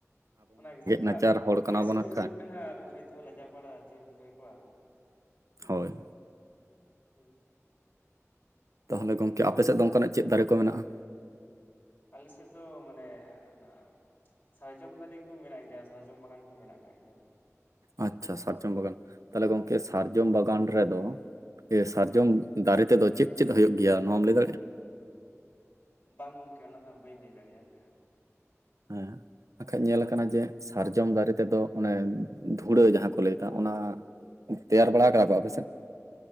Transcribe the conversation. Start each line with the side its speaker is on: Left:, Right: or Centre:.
Left: ᱚᱱᱟᱜᱮᱥᱮ ᱚᱲᱟᱜ
Right: ᱱᱟᱪᱟᱨ ᱦᱚᱲ ᱠᱟᱱᱟ
Left: ᱵᱚᱭᱮᱥ
Right: ᱵᱚᱱ ᱦᱟᱸᱜ
Left: ᱠᱚ
Right: ᱠᱷᱟᱡ
Left: ᱦᱩᱭᱩᱜ ᱠᱟᱱᱟ ᱟᱨ ᱠᱷᱚᱭ ᱛᱮᱦᱚᱸ ᱞᱟᱡᱟ ᱯᱟᱲᱟ ᱪᱮᱫ ᱮᱢ ᱠᱷᱚᱭ ᱠᱚᱣᱟ
Right: ᱦᱚᱭ
Left: ᱦᱮᱸ
Right: ᱛᱟᱦᱚᱞᱮ ᱜᱚᱝᱠᱮ ᱟᱯᱮ ᱥᱮᱫ ᱫᱚ ᱚᱱᱠᱟᱱᱟᱜ ᱪᱮᱫ ᱫᱟᱨᱮ ᱠᱚ ᱢᱮᱱᱟᱜᱼᱟ?
Left: ᱟᱞᱮ ᱥᱮᱫ ᱫᱚ ᱢᱟᱱᱮ ᱚᱱᱟ ᱥᱟᱨᱡᱚᱢ ᱫᱟᱨᱮ ᱠᱚ ᱢᱮᱱᱟᱜ ᱜᱮᱭᱟ ᱥᱟᱨᱡᱚᱢ ᱵᱟᱜᱟᱱ ᱠᱚ ᱢᱮᱱᱟᱜ ᱟᱠᱟᱜ ᱜᱮᱭᱟ᱾
Right: ᱟᱪᱪᱷᱟ ᱥᱟᱨᱡᱚᱢ ᱵᱟᱜᱟᱱ ᱛᱟᱦᱚᱞᱮ ᱜᱚᱝᱠᱮ ᱥᱟᱨᱡᱚᱢ ᱵᱟᱜᱟᱱ ᱨᱮᱫᱚ ᱮ ᱥᱟᱨᱡᱚᱢ ᱫᱟᱨᱮ ᱛᱮᱫᱚ ᱪᱮᱫ ᱪᱮᱫ ᱦᱩᱭᱩᱜᱭ ᱜᱮᱭᱟ ᱱᱚᱣᱟᱢ ᱞᱟᱹᱭ ᱫᱟᱲᱮᱭᱟᱜᱼᱟ?
Left: ᱵᱟᱝ ᱜᱚᱢᱠᱮ ᱚᱱᱟ ᱫᱚ ᱦᱟᱸᱜ ᱵᱟᱹᱧ ᱞᱟᱹᱭ ᱫᱟᱲᱮᱭᱟᱜᱼᱟ᱾
Right: ᱦᱮᱸ ᱵᱟᱠᱷᱟᱡ ᱧᱮᱞ ᱟᱠᱟᱱᱟ ᱡᱮ ᱥᱟᱨᱡᱚᱢ ᱫᱟᱨᱮ ᱛᱮᱫᱚ ᱚᱱᱮ ᱫᱷᱩᱲᱟᱹ ᱡᱟᱦᱟᱸ ᱠᱚ ᱞᱟᱹᱭ ᱮᱫᱟ ᱚᱱᱟ ᱛᱮᱭᱟᱨ ᱵᱟᱲᱟ ᱦᱟᱠᱟᱜ ᱟᱠᱚ ᱟᱯᱮ ᱥᱮᱫ